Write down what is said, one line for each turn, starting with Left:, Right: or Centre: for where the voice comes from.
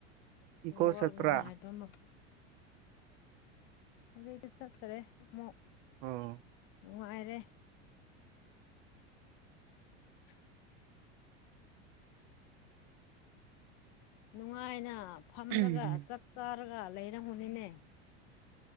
Right: ꯏꯀꯣ
Left: ꯅꯦꯠꯋꯥꯛ
Right: ꯆꯠꯄ꯭ꯔꯥ
Left: ꯅꯨꯡꯉꯥꯏꯕ ꯑꯃ ꯍꯧꯒ ꯆꯠꯇ꯭ꯔꯦ ꯑꯃꯨꯛ
Right: ꯑꯣ
Left: ꯅꯨꯡꯉꯥꯏꯔꯦ <inaudible> ꯅꯨꯡꯉꯥꯏꯅ ꯐꯝꯂꯒ
Right: ꯎꯝ
Left: ꯆꯥꯛ ꯆꯥꯔꯒ ꯂꯩꯔꯝꯒꯅꯤꯅꯦ